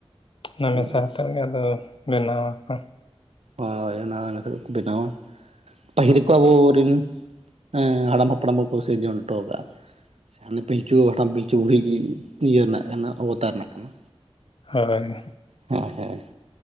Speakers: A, on the left (about 55°); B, on the right (about 80°).
A: ᱚᱱᱟ
B: <unintelligible>
A: ᱢᱮᱥᱟ ᱦᱟᱛᱮᱫ ᱜᱮ ᱟᱫᱚ ᱵᱮᱱᱟᱣ ᱟᱠᱚ
B: ᱦᱳᱭ ᱚᱱᱟ ᱚᱱᱟ ᱠᱚᱛᱮᱜ ᱠᱚ ᱵᱮᱱᱟᱣᱟ ᱯᱟᱹᱦᱤᱞ ᱠᱚ ᱟᱵᱚ ᱨᱤᱱᱼᱼ ᱦᱮᱸ ᱦᱟᱲᱟᱢ ᱦᱟᱯᱲᱟᱢ ᱠᱚᱠᱚ ᱥᱤᱨᱡᱚᱱ ᱦᱚᱴᱚᱣ ᱠᱟᱜᱼᱟ ᱥᱮ ᱦᱟᱱᱮ ᱯᱤᱞᱪᱩ ᱦᱟᱲᱟᱢ ᱯᱤᱞᱪᱩ ᱵᱩᱲᱦᱤ ᱜᱮ ᱤᱭᱟᱹ ᱨᱮᱱᱟᱜ ᱠᱟᱱᱟ ᱚᱵᱚᱛᱟᱨ ᱨᱮᱱᱟᱜ ᱠᱟᱱᱟ
A: ᱦᱳᱭ
B: ᱦᱳᱭ ᱦᱳᱭ